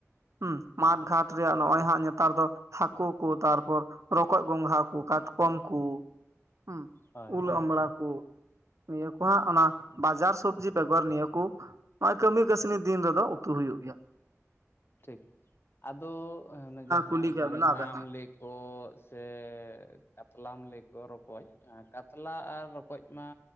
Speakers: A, on the right; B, on the left.
A: ᱦᱩᱸ ᱢᱟᱴ ᱜᱷᱟᱴ ᱨᱮᱭᱟᱜ ᱱᱚᱜᱼᱚᱭ ᱦᱟᱸᱜ ᱱᱮᱛᱟᱼᱼ ᱛᱟᱨ ᱫᱚ ᱦᱟᱠᱩ ᱠᱚ ᱛᱟᱨᱯᱚᱨ ᱨᱚᱠᱚᱡ ᱜᱚᱝᱜᱷᱟ ᱠᱚ ᱠᱟᱴᱠᱚᱢ ᱠᱚ ᱦᱩᱸ
B: ᱦᱳᱭ
A: ᱩᱞ
B: ᱦᱳᱭ
A: ᱟᱢᱲᱟ ᱠᱚ ᱱᱤᱭᱟᱹ ᱠᱚ ᱦᱟᱸᱜ ᱚᱱᱟ ᱵᱟᱡᱟᱨ ᱥᱚᱵᱡᱤ ᱵᱮᱜᱚᱨ ᱱᱤᱭᱟᱹ ᱠᱚ ᱱᱚᱜᱼᱚᱭ ᱠᱟᱹᱢᱤ ᱠᱟᱹᱥᱱᱤ ᱫᱤᱱ ᱨᱮᱫᱚ ᱩᱛᱩ ᱦᱩᱭᱩᱜ ᱜᱮᱭᱟ
B: ᱴᱷᱤᱠ ᱟᱫᱚ ᱚᱱᱮ ᱡᱟᱦᱟᱸ
A: ᱠᱩᱞᱤ ᱠᱮᱫ
B: ᱜᱚᱝᱜᱷᱟᱢ
A: ᱵᱮᱱᱟ ᱟᱵᱮᱱ ᱦᱚᱸ
B: ᱞᱟᱹᱭᱼᱼ ᱠᱚ ᱥᱮ ᱠᱟᱛᱞᱟᱢ ᱞᱟᱹᱭ ᱠᱚ ᱨᱚᱠᱚᱡ ᱠᱟᱛᱞᱟ ᱟᱨ ᱨᱚᱠᱚᱡ ᱢᱟ